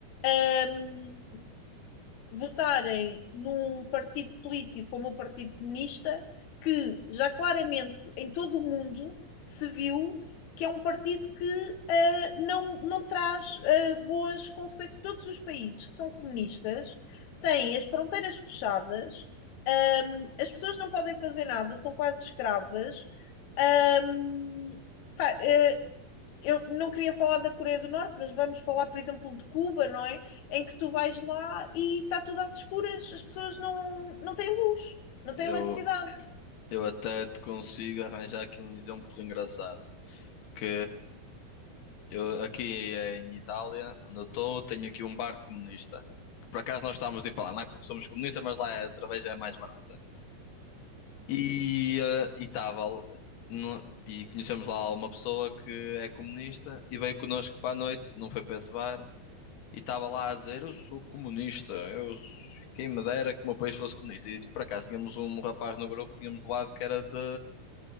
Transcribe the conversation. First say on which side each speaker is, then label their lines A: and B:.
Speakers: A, on the left; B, on the left.
A: hum, votarem num partido político como o Partido Comunista, que já claramente em todo o mundo se viu que é um partido que ah, não, não traz ah, boas consequências. Todos os países que são comunistas têm as fronteiras fechadas, ahm, as pessoas não podem fazer nada, são quase escravas. ahm, pá, eh, eu não queria falar da Coreia do Norte, mas vamos falar, por exemplo, de Cuba, não é? Em que tu vais lá e está tudo às escuras, as pessoas não, não têm luz, não têm
B: eu,
A: eletricidade.
B: eu até te consigo arranjar aqui um exemplo engraçado. Que eu aqui em Itália, onde eu estou, tenho aqui um bar comunista. Que por acaso nós estávamos de ir para lá, não é porque somos comunistas, mas lá a cerveja é mais barata. E eh, e estava l- no- e conhecemos lá uma pessoa que é comunista e veio connosco para a noite, não foi para esse bar. e estava lá a dizer: Eu sou comunista, eu, quem me dera que o meu país fosse comunista. E tipo, por acaso tínhamos um rapaz no grupo que tínhamos do lado que era de,